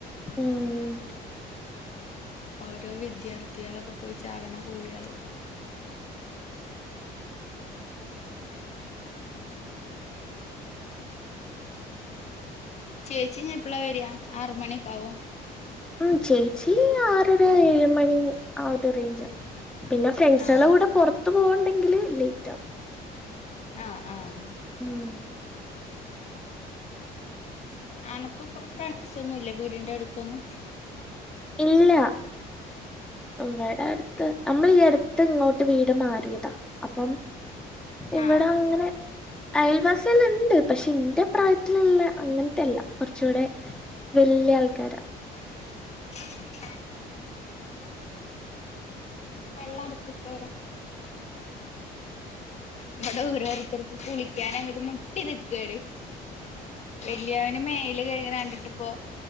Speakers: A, in the centre; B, on the left.
A: ഉം.
B: ഓരോ വിദ്യാർത്ഥികളൊക്കെ പോയി ചാടണ കുഴികള്. ചേച്ചി ഇനി എപ്പളാ വരിയാ ആറ് മണി ഒക്കെയാവുമോ?
A: ഉം ചേച്ചി ആറ് അര ഏഴ് മണി ആഹ് ഒരു റേഞ്ചാ. പിന്നെ ഫ്രണ്ട്സുകളുടെ
B: ആഹ്
A: കൂടെ പുറത്തു പോകു ഉണ്ടെങ്കില് ലേറ്റ് ആകും.
B: ആഹ് ആഹ്.
A: ഉം.
B: ആനക്ക് ഫ്രണ്ട്സ് ഒന്നും ഇല്ലേ വീടിന്റെ അടുത്തൊന്നും.
A: ഇല്ല. വിടെ അടുത്ത് നമ്മൾ ഈ അടുത്ത് ഇങ്ങോട്ട് വീട് മാറിയതാ. അപ്പം ഇവിടെ
B: ആഹ്
A: അങ്ങനെ അയൽവാസിള് ഇണ്ട്. പക്ഷെ ഇന്റെ പ്രായത്തി വട്ടല്ല അങ്ങനത്തെ അല്ല കുറച്ചുകൂടെ വലിയ ആൾക്കാരാ.
B: <inaudible> വെള്ളം അട്ക്ക് നോരാ ഇവിടെ ഓരോരുത്തർക്ക് കുളിക്കാന് അങ്ങട്ട് മുട്ടി നിക്കാണ്. വള്ളിയ മേൽ കഴക്ണ് കട്ണ്ടിട്ടിപ്പോ